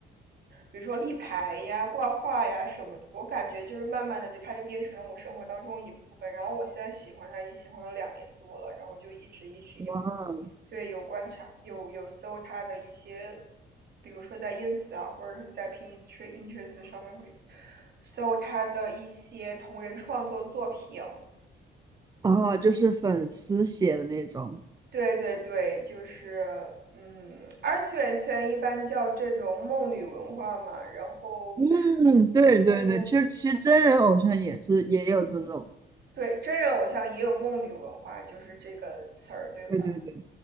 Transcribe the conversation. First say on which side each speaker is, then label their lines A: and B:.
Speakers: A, on the right (about 55°); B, on the right (about 20°).
A: 比如说立牌呀、挂画呀什么的，我感觉就是慢慢的就它就变成了我生活当中一部分。然后我现在喜欢它，已经喜欢了两年多了，然后就一直一直有，
B: 哇
A: 对，有观察，有有搜它的一些，比如说在 ins 啊，或者是在 Pinterest 上面会搜它的一些同人创作作品。
B: 哦，就是粉丝写的那种。
A: 对对对，就是嗯，二次元圈一般叫这种梦女文化嘛，然后。
B: 嗯，对对对，
A: 个。
B: 其实其实真人偶像也是也有这种。
A: 对，真人偶像也有梦女文化，就是这个词儿，对吧？
B: 对对对